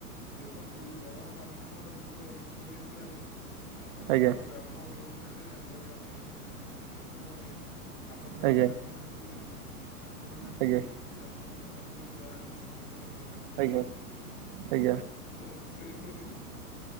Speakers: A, on the left; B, on the right.
A: ଦେଖନ୍ତୁ ଗଣମାଧ୍ୟମର ଯୁଗ କିପରି ହେଲାଣି? ଆପଣଙ୍କର
B: ଆଜ୍ଞା
A: ଗ୍ରାମ କେଉଁଠାରେ ଆ ଆମ ଗ୍ରାମ କେଉଁଠାରେ ଲୋକମାନେ ଆମ ଗ୍ରାମରେ
B: ଆଜ୍ଞା
A: କଣ ହେଉଛି? ଆପଣ ଜାଣିପାରୁଛନ୍ତି
B: ଆଜ୍ଞା
A: ଆ ପଣଙ୍କ ଗ୍ରାମରେ ଯାହା ହଉଛି ମୁଁ ମଧ୍ୟ ଜାଣିପାରୁଛି
B: ଆଜ୍ଞା ଆଜ୍ଞା ହୁଁ
A: ତ ସେଇ ପରି